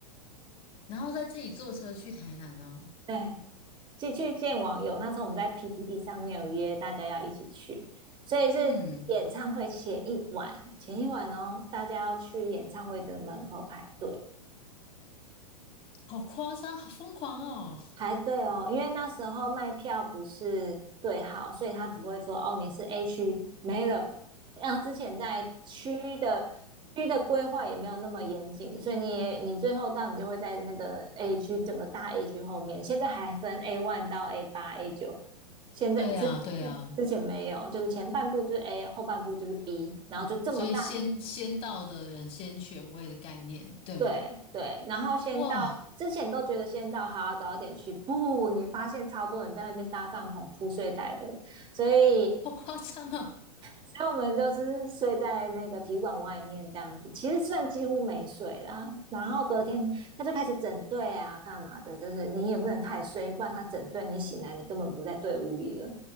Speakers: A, on the left; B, on the right.
A: 然后再自己坐车去台南啊。
B: <laughs> 对，去去见网友。那时候我们在 PTT 上面有约大家要一起去，所以是演唱会前一晚，
A: 嗯，
B: 前一晚哦，大家要去演唱会的门口排队，
A: 好夸张，好疯狂哦。
B: 排队哦，因为那时候卖票不是对号，所以他只会说哦，你是 A 区没了。然后之前在区的区的规划也没有那么严谨，所以你也你最后到你就会在那个 A 区整个大 A 区后面。现在还分 A one 到 A 八、A 九，现在之之之前没有，
A: 对啊，对啊，
B: 就是前半部就是 A，后半部就是 B，然后就这么大
A: 所以先先到的人先选位的概念，对吗？
B: 对对，然后先到之前都觉得先到好，
A: 哇，
B: 早点去，不，你发现超多人在那边搭帐篷铺睡袋的，所以
A: 好夸张哦。
B: 所以我们就是睡在那个体育馆外面这样子，其实算几乎没睡啦。然后隔天他就开始整队啊，干嘛的，就是你也不能太睡，不然他整队你醒来你根本不在队伍里了。